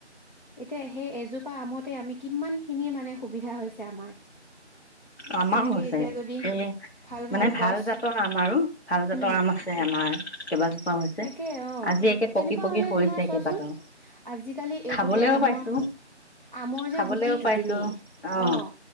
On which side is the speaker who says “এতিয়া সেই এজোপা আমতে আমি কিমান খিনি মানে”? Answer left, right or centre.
Left